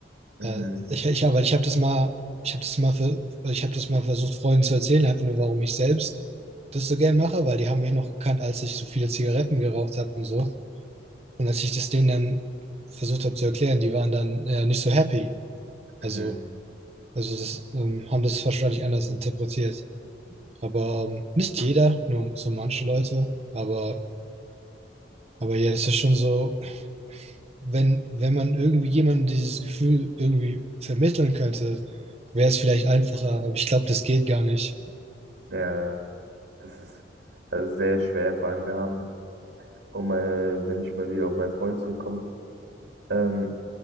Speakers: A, on the right; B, on the right.
A: Mhm,
B: Äh, ich, ich, habe weil ich habe das mal, ich habe das mal, ver- ich habe das mal versucht, Freunden zu erzählen, einfach nur, warum ich selbst das so gern mache, weil die haben mich noch gekannt, als ich so viele Zigaretten geraucht habe und so. Und als ich das denen dann versucht habe zu erklären, die waren dann ja nicht so happy. Also,
A: mhm.
B: also das ähm, haben das wahrscheinlich anders interpretiert. Aber ähm, nicht jeder, nur so manche Leute. Aber, aber ja, das ist schon so. wenn, wenn man irgendwie jemandem dieses Gefühl irgendwie vermitteln könnte, wäre es vielleicht einfacher, aber ich glaube, das geht gar nicht.
A: Ja, das ist, das sehr schwer. Vor allem, wir haben, um, äh, wenn ich mal wieder auf meinen Freund zurückkomme, ähm,